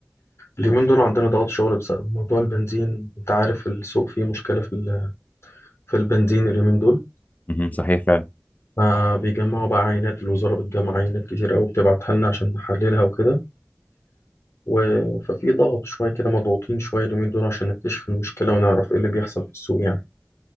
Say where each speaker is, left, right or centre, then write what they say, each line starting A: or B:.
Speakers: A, on the left; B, on the left.
A: اليومين دول عندنا ضغط شغل بسبب موضوع البنزين انت عارف السوق فيه مشكله في ال- في البنزين اليومين دول
B: مهم، صحيح فعلا
A: فبيجمعوا بقى عينات الوزاره بتجمع عينات كتير قوي بتبعتها لنا عشان نحللها وكده و... ففي ضغط شويه كده مضغوطين شويه اليومين دول عشان نكتشف المشكله ونعرف ايه اللي بيحصل في السوق يعني